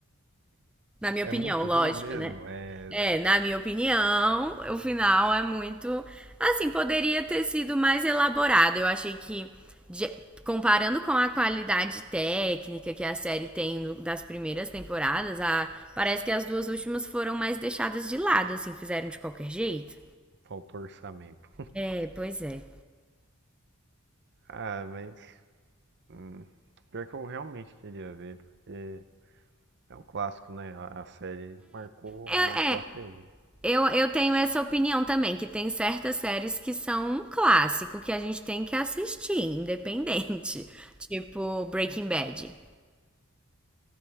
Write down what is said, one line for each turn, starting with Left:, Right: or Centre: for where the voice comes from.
Centre: Na minha
Right: É
Centre: opinião,
Right: muito
Centre: lógico,
Right: ruim mesmo,
Centre: né?
Right: é
Centre: É, na minha opinião, o final é muito. Assim, poderia ter sido mais elaborado. Eu achei que, de- comparando com a qualidade técnica que a série tem do- das primeiras temporadas, a- parece que as duas últimas foram mais deixadas de lado, assim, fizeram de qualquer jeito.
Right: faltou orçamento.
Centre: É, pois é.
Right: Ah, mas hum, pior que eu realmente queria ver, porque é um clássico, né? A, a série marcou,
Centre: É,
Right: marcou
Centre: é,
Right: a TV.
Centre: Eu, eu tenho essa opinião também, que tem certas séries que são um clássico que a gente tem que assistir, independente. <laughs> Tipo Breaking Bad.